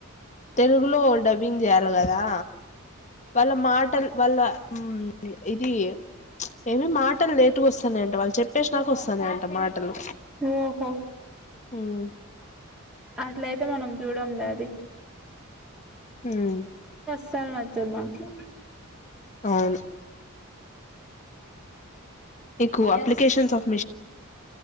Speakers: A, on the left; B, in the centre.
A: తెలుగులో డబ్బింగ్ చేయాలి కదా వాళ్ళ మాటలు వాళ్ళ ఉమ్ ఇది ఏమి మాటలు లేేటుగా వస్తాన్నాయంట వాళ్ళు చెప్పేసి నాకా వస్తాన్నాయంట మాటలు
B: ఓహో
A: ఉమ్
B: అట్లయితే మనం చూడంలే అది
A: ఉమ్
B: సలతున్నాకి
A: అవును మీకు అప్లికేషన్స్ఫ